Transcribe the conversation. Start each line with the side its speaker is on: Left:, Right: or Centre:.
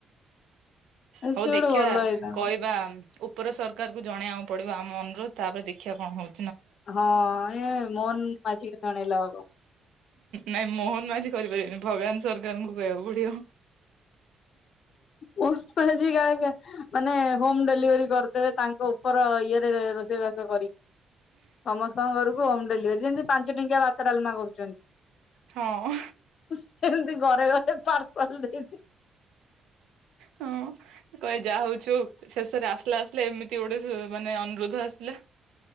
Right: ହୋଉ
Left: ସେ ଗୋଟେ
Right: ଦେଖିବା
Left: ଭଲ ହେଇଥାନ୍ତା
Right: କହିବା ଉ ପର ସରକାରକୁ ଜଣେଇବାକୁ ପଡିବ ଆମ ଅନୁରୋଧ। ତାପରେ ଦେଖିବା କଣ ହୋଉ
Left: ହଁ ଏ ମୋହନ ମାଝି କି ଜଣେଇଲେ ହବ।
Right: ନାଇଁ ମୋହନ ମାଝି କରିପାରିବନି। ଭଗବାନ ସରକାରଙ୍କୁ କହିବାକୁ ପଡିବ।
Left: ମୋହନ ମାଝି କାଳେ ମାନେ ହୋମ ଡେଲିଭରି କରିଦେବେ ତାଙ୍କ ଉପର ଇଏରେ ରୋଷେଇବାସ କରିକି। ସମସ୍ତଙ୍କ ଘରକୁ ହୋମ ଡେଲିଭରି ଯେମିତି ପାଞ୍ଚ ଟଙ୍କିଆ ଭାତ ଡାଲମା କରୁଚନ୍ତି।
Right: ହଁ।
Left: ସେମିତି ଘରେ ଘରେ ପାର୍ସଲ ଦେଇ
Right: ହୁଁ କହିବେ ଯାହା ହୋଉଚି ହୋଉ ଶେଷରେ ଆସିଲେ ଆସିଲେ ଏମିତି ଗୋ <unintelligible> ମାନେ ଅନୁରୋଧ ଆସିଲା।